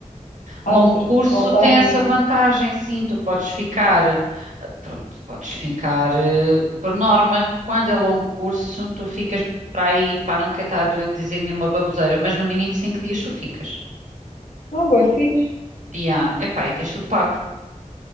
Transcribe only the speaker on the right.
Longo
curso
tem essa
vantagem, sim, tu podes ficar, eh, pronto, podes ficar, eh, por norma, quando é longo curso, tu ficas para aí, para não quer estar a dizer nenhuma baboseira, mas no mínimo cinco dias tu ficas.
E ah, epá, e tens tudo pago.